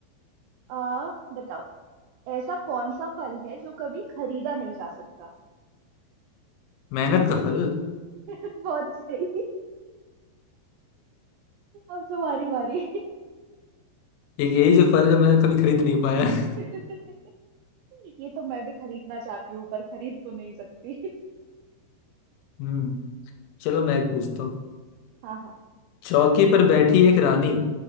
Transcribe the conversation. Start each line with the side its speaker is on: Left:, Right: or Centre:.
Right: आ बताओ ऐसा कौन सा फल है जो कभी खरीदा नहीं जा सकता
Left: मेहनत का फल
Right: <laughs> बहुत सही <laughs> अब तुम्हारी बारी
Left: एक यही जो फल है जो मैंने कभी खरीद नहीं पाया
Right: <laughs>
Left: <laughs>
Right: ये तो मैं भी खरीदना चाहती हूँ पर खरीद तो नहीं सकती <laughs>
Left: हम्म चलो मैं एक पूछता हूँ
Right: हाँ हाँ
Left: चौकी पर बैठी एक रानी